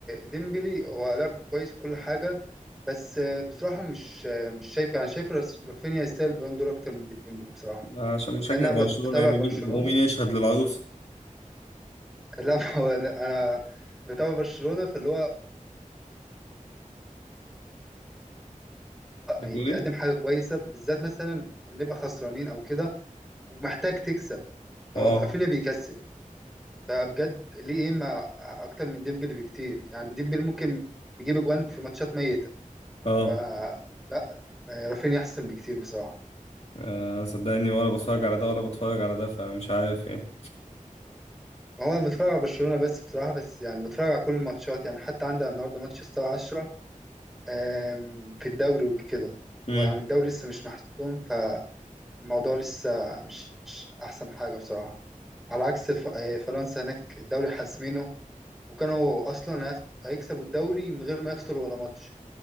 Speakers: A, in the centre; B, on the left.
A: ديمبلي هو لعبه كويس وكل حاجة بس آه بصراحة مش آه مش شايف يعني شايف راس- رافينيا يستاهل البالون دور اكتر من ديمبلي بصراحة
B: عشان مشجع
A: لان انا
B: برشلونة
A: بت- بتابع
B: يعني
A: برشلونة
B: مين ومين يشهد للعروس
A: لا <laughs> هو انا أنا بتابع برشلونة فاللي هو يعني
B: بتقول
A: بيقدم
B: ايه؟
A: حاجة كويسة بالذات مثلا لما نبقى خسرانين أو كده ومحتاج تكسب
B: اه
A: هو رافينيا بيكسب فبجد ليه إيه ما أكتر من ديمبلي بكتير يعني ديمبلي ممكن يجيب أجوان في ماتشات ميتة
B: اه
A: فلا رافينيا أحسن بكتير بصراحة
B: آه، صدقني ولا بتفرج على ده ولا بتفرج على ده فمش عارف يعني
A: ما هو أنا بتفرج على برشلونة بس بصراحة بس يعني بتفرج على كل الماتشات يعني حتى عندي النهاردة ماتش الساعة 10 آم، في الدوري وكده
B: امم
A: هو يعني الدوري لسه مش محسوم الموضوع لسه مش مش أحسن حاجة بصراحة على عكس ف- آه، فرنسا هناك الدوري حاسمينه وكانوا أصلا هياخد- هيكسبوا الدوري من غير ما يخسروا ولا ماتش